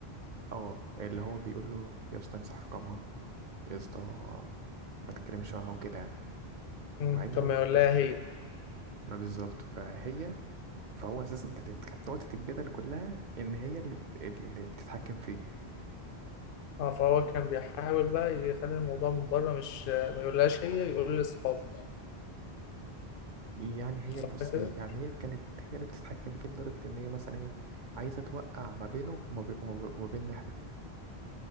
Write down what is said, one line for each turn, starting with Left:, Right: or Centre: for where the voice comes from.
Right: اه اللي هو بيقول له يا اسطى امسح رقمها يا اسطى ما تتكلمش معاها وكده يعني
Left: امم
Right: مع ان
Left: طب
Right: مامتها
Left: ما يقول
Right: ما كانش
Left: لها هي
Right: ما بالظبط فهي فهو اساسا كانت كانت نقطة الجدل كلها ان هي اللي بت... اللي بتتحكم فيه
Left: اه فهو كان بيحاول بقى يخلي الموضوع من بره مش ما يقولهاش هي يقول لاصحابه
Right: يعني هي
Left: صح
Right: بص
Left: كده
Right: هي يعني هي كانت هي اللي بتتحكم فيه لدرجة ان هي مثلا ايه عايزة توقع ما بينه وما بي- وما بي- وما بيننا احنا